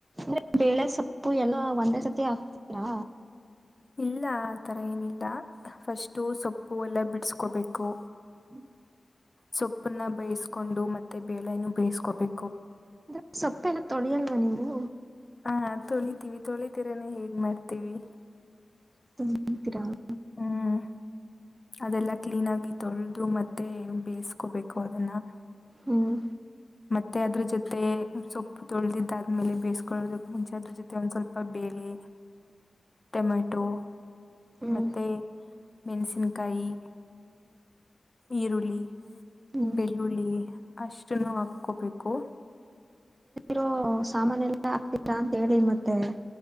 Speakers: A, on the right; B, on the left.
A: ಂದ್ರೆ ಬೇಳೆ ಸೊಪ್ಪು ಎಲ್ಲ ಒಂದೇ ಸತಿ ಹಕ್ತೀರಾ
B: ಇಲ್ಲ ಆ ತರ ಏನಿಲ್ಲ ಫಸ್ಟು ಸೊಪ್ಪು ಎಲ್ಲ ಬಿಡ್ಸ್ಕೋಬೇಕು
A: ಹ್ಮ <unintelligible>
B: ಸೊಪ್ಪನ್ನ ಬೇಯ್ಸ್ಕೊಂಡು ಮತ್ತೆ ಬೇಳೆನು ಬೇಯಸ್ಕೋಬೇ
A: ಅಂದ್ರೆ ಸೊಪ್ಪೆನು ತೊಳಿಯಲ್ವಾ ನೀವು,
B: ಹಾ ತೊಳಿತೀವಿ ತೊಳತಿರನೆ ಹೇಗ್ ಮಾಡ್ತೀವಿ.
A: <unintelligible>
B: ಹ್ಮ್ ಅದೆಲ್ಲಾ ಕ್ಲೀನ್ ಆಗಿ ತೊಳೆದು ಮತ್ತೆ ಬೇಯಿಸ್ಕೋಬೇಕು ಅದನ್ನ
A: ಹ್ಮ್
B: ಮತ್ತೆ ಅದ್ರ ಜೊತೆ ಸೊಪ್ಪು ತೊಳ್ದಿದ್ದಾದ್ಮೇಲೆ ಬೇಯಿಸ್ಕೊಳ್ಳದಕ್ಕು ಮುಂಚೆ ಅದ್ರ ಜೊತೆ ಒಂದ್ ಸ್ವಲ್ಪ ಬೇಳೆ ಟೊಮೆಟೊ
A: ಹ್ಮ್
B: ಮತ್ತೆ ಮೆಣಸನ್ಕಾಯಿ ಈರುಳ್ಳಿ
A: ಹ್ಮ್
B: ಬೆಳ್ಳುಳ್ಳಿ ಅಷ್ಟನು ಅ ಕೋಬೇಕು.
A: ರೋ ಸಾಮಾನ ಎಲ್ಲ ಹಾಕ್ತೀರಾ ಅಂತ್ ಹೇಳಿ ಮತ್ತೆ.